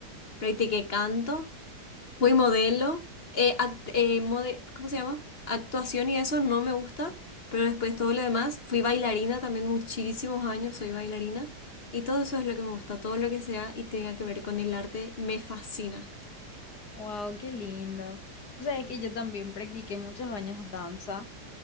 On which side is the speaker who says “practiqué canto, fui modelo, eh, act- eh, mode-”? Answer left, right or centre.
Left